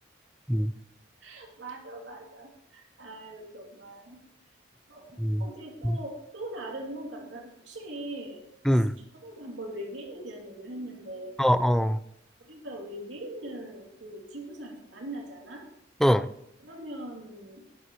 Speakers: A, in the centre; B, on the right.
A: 음,
B: <laughs> 맞아, 맞아. 아유, 정말. 어.
A: 음,
B: 혹시 또,
A: 음,
B: 또 다른 뭔가, 난 혹시
A: 음.
B: 처음에도 한번 외계인에 대한 얘기를 했는데,
A: 어, 어,
B: 우리가 외계인을 그 지구상에서 만나잖아?
A: 어,
B: 그러면